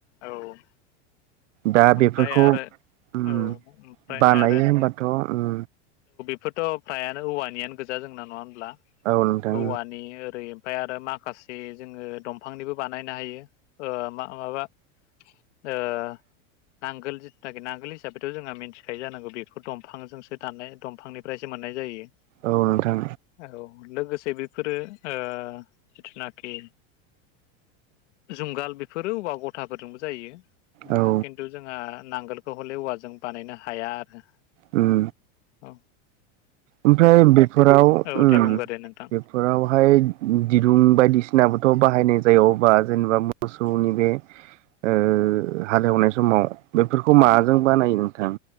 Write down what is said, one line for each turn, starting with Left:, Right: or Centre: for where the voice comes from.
Left: औ
Right: दा बेफोरखौ
Left: ओमफ्राय आरो
Right: उम
Left: औ ओमफ्राय
Right: बानायो
Left: आरो नों
Right: होनबाथ उम
Left: <unintelligible> फ्रायानो औवानियानो गोजा जोंना नङा होमब्ला?
Right: औ नोंथां
Left: औवानि ओरै ओमफाय आरो माखासे जोङो दंफांनिबो बानायनो हायो। ओ मा माबा ओ नांगोल <unintelligible> नांगोल हिसाबैथ जोंहा मिन्थिखायो जानांगौ बेखौ दंफांजोंसो दाननाय दंफांनिफ्राय सो मोननाय जायो।
Right: औ नोंथां
Left: औ लोगोस से बेफोरो ओ जिथुनाखि जुंगाल बेफोरो औवा गथाफोरजोंबो जायो। ओ
Right: औ
Left: खिन्थु जोंहा नांगोलखौ हले औवाजों बानायनो हा हाया आरो
Right: उम
Left: औ।
Right: ओमफ्राय बेफोराव
Left: औ
Right: उम
Left: दे बुंगोर दे नोंथां
Right: बेफोरावहाय दिरुं बायदिसिनाबोथ बाहायनाय जायो अबा जेनेबा मोसौनि बे ओ हालेवनाय समाव बेफोरखौ माजों बानायो नोंथां?